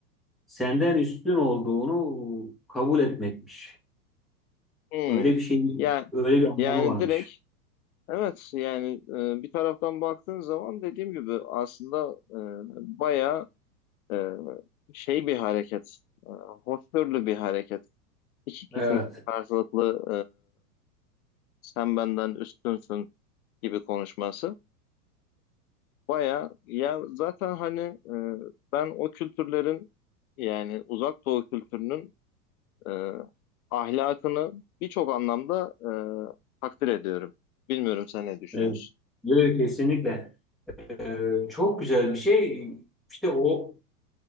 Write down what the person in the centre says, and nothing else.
senden üstün olduğunu kabul etmekmiş.
Öyle bir şeyin,
öyle bir anlamı
varmış.
Evet.
Evet. Yok, kesinlikle. Ee, çok güzel bir şey. İşte o